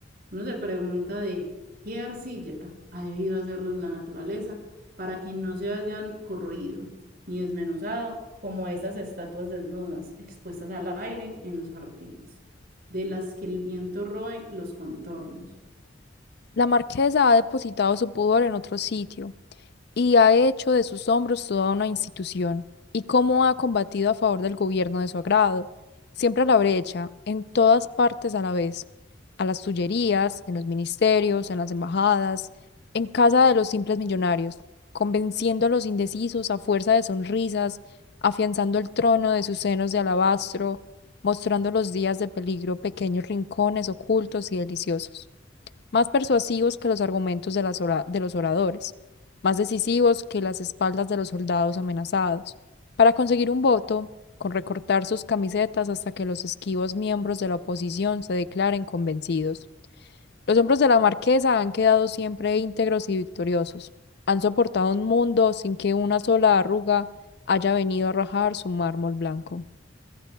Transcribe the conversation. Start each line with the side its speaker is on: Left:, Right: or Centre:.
Right: uno se pregunta de qué arcilla ha debido hacerlos la naturaleza para que no se hayan corroído ni desmenuzado como esas estatuas desnudas expuestas al aire en los jardines, de las que el viento roe los contornos.
Left: La marquesa ha depositado su pudor en otro sitio y ha hecho de sus hombros toda una institución, y cómo ha combatido a favor del gobierno de su agrado, siempre a la brecha, en todas partes a la vez, a las tullerías, en los ministerios, en las embajadas, en casa de los simples millonarios, convenciendo a los indecisos a fuerza de sonrisas, afianzando el trono de sus senos de alabastro, mostrando los días de peligro pequeños rincones ocultos y deliciosos más persuasivos que los argumentos de las ora- de los oradores, más decisivos que las espaldas de los soldados amenazados. Para conseguir un voto, con recortar sus camisetas hasta que los esquivos miembros de la oposición se declaren convencidos. Los hombros de la marquesa han quedado siempre íntegros y victoriosos. Han soportado un mundo sin que una sola arruga haya venido a rajar su mármol blanco.